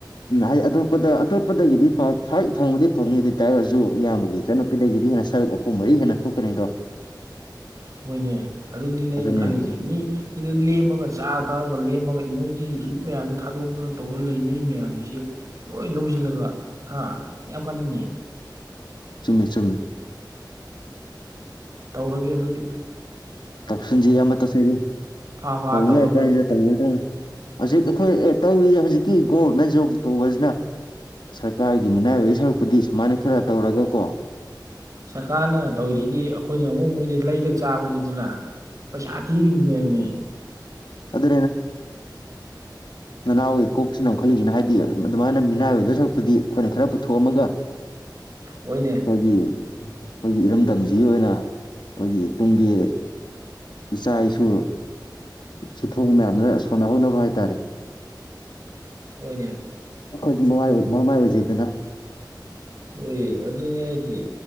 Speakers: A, on the left (about 75°); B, on the right (about 45°).
A: ꯎ ꯍꯥꯏꯗꯤ ꯑꯇꯣꯞꯄꯗ ꯑꯇꯣꯞꯄꯗꯒꯤꯗꯤ ꯄꯥꯛ ꯊꯋꯥꯏ ꯐꯪꯕꯗꯤ ꯐꯪꯅꯤ ꯑꯗꯨ ꯇꯥꯔꯒꯁꯨ ꯏꯕꯒꯤꯗꯤ ꯏꯆꯟꯅꯨꯄꯤꯗꯒꯤꯗꯤ ꯍꯦꯟꯅ ꯁꯔꯨꯛ ꯑꯍꯨꯝ ꯃꯔꯤ ꯍꯦꯟꯅ ꯊꯣꯛꯀꯅꯤꯗꯣ
B: ꯍꯣꯏꯅꯦ ꯑꯗꯨꯅꯤꯅꯦ ꯑꯩꯅ
A: ꯑꯗꯨꯅꯤꯅ
B: ꯈꯜꯂꯤꯁꯦ ꯃꯤ ꯁꯤꯗꯞ ꯊꯃꯒ ꯆꯥꯔ ꯊꯛꯑꯒ ꯂꯦꯝꯃꯒ ꯏꯅꯔꯖꯤ ꯍꯤꯠ ꯃꯌꯥꯝꯁꯤ ꯊꯥꯗꯣꯛꯇꯅ ꯇꯧꯔ ꯂꯩꯅꯩ ꯃꯌꯥꯝꯁꯤꯁꯦ ꯂꯣꯏ ꯂꯧꯁꯤꯜꯂꯒ ꯍꯥ ꯀ ꯌꯥꯝ ꯀꯥꯟꯅꯅꯤꯌꯦ
A: ꯆꯨꯝꯃꯦ ꯆꯨꯝꯃꯦ
B: ꯇꯧꯔꯒꯦ ꯑꯗꯨꯒꯤ
A: ꯇꯧꯁꯤꯟꯁꯤ ꯑꯃ ꯇꯧꯁꯤꯟꯁꯤ
B: ꯐꯥ ꯐꯥ
A: ꯇꯧꯕ
B: ꯇꯧꯔ
A: ꯌꯥꯏ
B: ꯂꯣꯏꯔꯦ
A: ꯀꯥꯟꯁꯤꯗ ꯇꯧꯗꯧ ꯍꯧꯖꯤꯛ ꯑꯩꯈꯣꯏ ꯑꯦ ꯇꯧꯔꯤꯁꯦ ꯍꯧꯖꯤꯛꯀꯤ ꯒꯣꯚꯔꯃꯦꯟ ꯖꯣꯕ ꯇꯧꯕꯁꯤꯅ ꯁꯔꯀꯥꯔꯒꯤ ꯃꯤꯅꯥꯏꯕꯒꯤ ꯁꯔꯨꯛꯄꯨꯗꯤ ꯁꯨꯃꯥꯏꯅ ꯈꯔ ꯇꯧꯔꯒꯀꯣ
B: ꯁꯔꯀꯥꯔꯅ ꯇꯧꯔꯤꯁꯤꯗꯤ ꯑꯩꯈꯣꯏꯅ ꯑꯃꯨꯛ ꯃꯣꯏꯗꯤ ꯂꯩꯔ ꯆꯥꯕꯅꯤ ꯑꯗꯨꯅ ꯄꯩꯁꯥ ꯊꯤꯔꯤꯕꯅꯦꯦꯝꯅꯦ
A: ꯑꯗꯨ ꯅꯎ ꯀꯣ ꯇꯛꯁꯤꯟꯅ ꯑꯣꯟꯈꯠꯂꯤꯁꯤꯅ ꯍꯥꯏꯗꯤ ꯑꯗꯨꯃꯥꯏꯅ ꯃꯤꯅꯥꯏ ꯑꯣꯏꯗꯕ ꯁꯔꯨꯄꯗꯤ ꯑꯩꯈꯣꯏꯅ ꯈꯔ ꯄꯨꯊꯣꯛꯑꯝꯃꯒ
B: ꯍꯣꯏꯅꯦ
A: ꯍꯥꯏꯒꯤ ꯑꯩꯈꯣꯏꯒꯤ ꯏꯔꯝꯗꯝꯁꯤꯒꯤ ꯑꯣꯏꯅ ꯑꯩꯈꯣꯏꯒꯤ ꯇꯨꯡꯒꯤ ꯏꯆꯥ ꯏꯁꯨ ꯁꯨꯊꯣꯡ ꯃꯌꯥꯝꯗꯨ ꯁꯣꯟꯅꯍꯧꯅꯕ ꯍꯥꯏꯇꯥꯔꯦ
B: ꯍꯅ
A: ꯃꯈꯈꯣꯏ ꯃꯉꯥꯏ ꯑꯣꯏ ꯃꯃꯥꯏ ꯑꯣꯏꯖ ꯏꯗꯂ
B: ꯍꯑ ꯑꯗꯨꯅꯦ ꯑꯩꯒꯤ